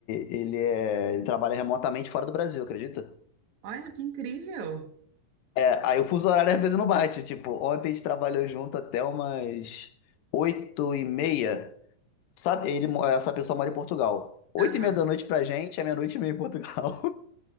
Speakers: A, on the left; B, on the right.
A: ele, é, ele trabalha remotamente fora do Brasil, acredita?
B: olha que incrível.
A: É, aí o fuso horário às vezes não bate. Tipo, ontem a gente trabalhou junto até umas oito e meia. Sabe, ele, mo- essa pessoa mora em Portugal. Oito
B: Aham.
A: e meia da noite pra gente é meia-noite e meia em Portugal.